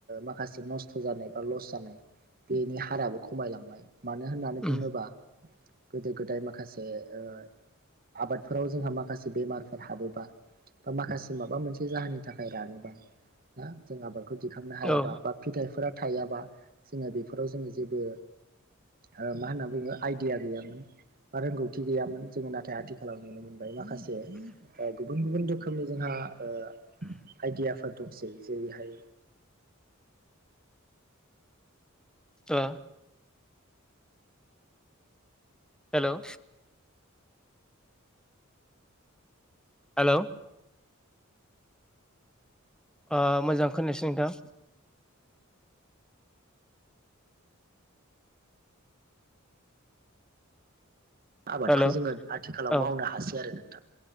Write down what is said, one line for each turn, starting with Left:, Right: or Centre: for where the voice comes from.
Right: माखासे नस्थ' जानाय एबा लस जानाय बेनि हाराबो खमायलांबाय मानो होननानै
Centre: उम
Right: बुंङोबा गोदो गोदाय माखासे ओ आबादफोराव जोंहा माखासे बेमारफोर हाबोबा बा माखासे माबा मोनसे जाहोननि थाखाय रानोबा ना जों आबादखौ दिखांनो हायाबा
Centre: ओ
Right: बा फिथाइफोरा थायाबा जोंङो बेफोराव जोंङो जेबो ओ मा होनना बुंङो आइदिया गैयामोन। बा रोंगौथि गैयामोन जोंङो नाथाय आथिखालाव नुनो मोनबाय माखासे ओ गुबुन गुबुन रोखोमनि जोंहा ओ आइदियाफोर दंसै जेरै हाय
Centre: ओ हेलौ हेलौ ओ मोजां खोननायसै नोंथां।
Right: आबादखौ
Centre: हेलौ
Right: जोंङो आथिखालाव
Centre: औ
Right: मावनो हासै आरो नोंथां।